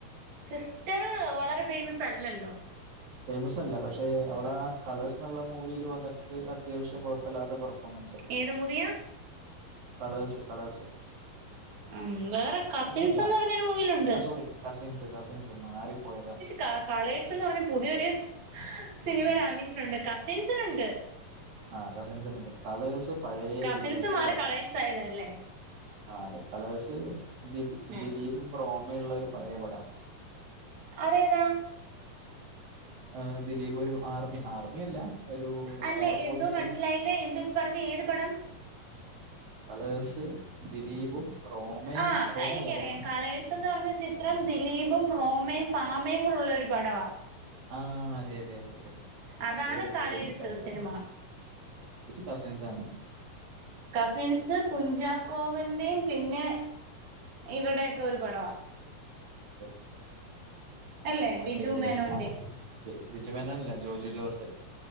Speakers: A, on the right; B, on the right.
A: സിസ്റ്ററ് വളരെ ഫേയിമസല്ലല്ലോ
B: ഫേയ്മസല്ല പക്ഷെ അവളാ കളേഴ്സ്ന്ന്ള്ള മൂവില് വന്നിട്ട് അത്യാവശ്യം കൊഴപ്പല്ലാതെ പെർഫോമൻസ്
A: ഏത് മൂവിയാ
B: കളേസ് കളേസ്
A: ഉം വേറെ കസിൻസെന്ന്
B: അല്ല
A: പറഞ്ഞൊരു മൂവിലുണ്ട്
B: ആ സോറി കസിൻസ് കസിൻസ് മാറിപ്പോയതാണ്
A: ക കളേഴ്സെന്ന് പറഞ്ഞ് പുതിയൊരു ഹ് സിനിമയില് അഭിനയിച്ചിട്ടുണ്ട് കസിൻസിലുണ്ട്
B: ആഹ് കസിൻസിലുണ്ട് കളേസ് പഴേ
A: കസിൻസ്
B: ദിലീപിന്റെ
A: മാറി
B: പടമാ
A: കളേഴ്സ് ആയതല്ലേ
B: ആഹ് അതെ കളേസ് ദി
A: ഉം
B: ദിലീപും റോമേള്ള ഒരു പഴേ പടാ
A: അതേതാ
B: ആഹ് ദിലീപൊരു ആർമി ആർമി അല്ല ഒരു
A: അല്ല
B: എയർഫോഴ്സ്
A: എന്തോ മനസ്സിലായില്ലേ എന്തോ പറഞ്ഞ ഏത് പടം
B: കളേസ് ദിലീപും റോമയും
A: ആഹ്
B: റോമല്ല
A: എനിക്കറിയാം
B: റോമ
A: കളേഴ് ന്ന് പറഞ്ഞ ചിത്രം ദിലീപും റോമയും ഭാമയും കൂടൊള്ളൊരു പടവാ
B: ആഹ് അതെയതെയതെ മറ്റേ
A: അതാണ്
B: പെണ്ണിന്റെ
A: കളേഴ്സ്
B: പേരെനിക്കറിയില്ല
A: സിനിമ
B: ഇത് കസിൻസാണ്
A: കസിൻസ് കുഞ്ചാക്കോവൻ്റിം പിന്നെ ഇവര്ടൊക്കെ ഒരു പടവാ
B: അതെ,
A: അല്ലേ
B: മറ്റേ
A: ബിജു മേനോന്റെ
B: അതെ ബിജുമേനോനല്ല ജോർജു ജോർജ്